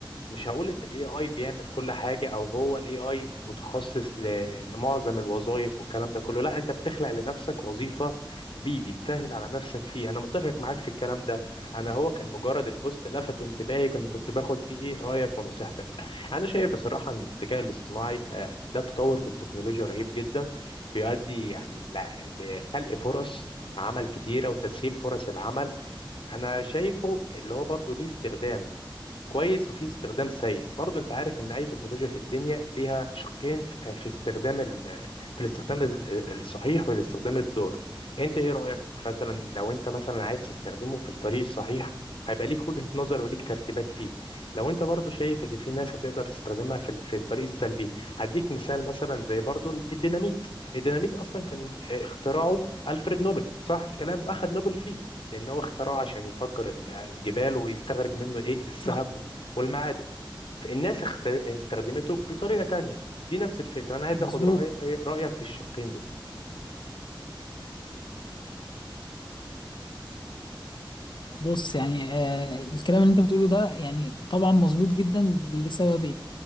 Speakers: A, on the left (about 85°); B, on the left (about 60°).
A: مش هقول ان الاي اي بيعمل كل حاجه او هو الاي اي متخصص ل- لمعظم الوظائف والكلام ده كله لا انت بتخلق لنفسك وظيفه بيه بتسهل على نفسك فيه انا متفق معاك في الكلام ده انا هو كان مجرد البوست لفت انتباهي كنت كنت باخد فيه إيه؟ رايك ونصيحتك انا شايف بصراحه ان الذكاء الاصطناعي آه، ده تطور في التكنولوجيا رهيب جدا بيؤدي يعني لع- لخلق فرص عمل كتيره وتسهيل فرص العمل انا شايفه اللي هو برضه ليه استخدام كويس وفي استخدام سيء برضو انت عارف ان اي تكنولوجيا في الدنيا ليها شقين كان في استخدام ال... في الاستخدام ال- الصحيح والاستخدام الضار انت ايه رأيك مثلا لو انت مثلا عايز تستخدمه في الطريق الصحيح هيبقى ليك وجهة نظر وليك ترتيبات فيه لو انت برضو شايف ان في ناس هتقدر تستخدمها في ال- في الطريق السلبي هديك مثال مثلا زي برضو ال- الديناميت الديناميت اصلا كان اه، اختراعه ألفريد نوبل صح الكلام اخذ نوبل فيه لأن هو اخترعه عشان يفجر ال- الجبال ويستخرج منه إيه الذهب
B: صح
A: و- والمعادن فالناس اخت- استخدمته بطريقة تانية دي نفس الفكرة أنا عايز
B: مظبوط
A: أخد رأي رأيك في الشقين دول
B: بص يعني آه الكلام اللي انت بتقوله ده يعني طبعا مظبوط جدا لسببين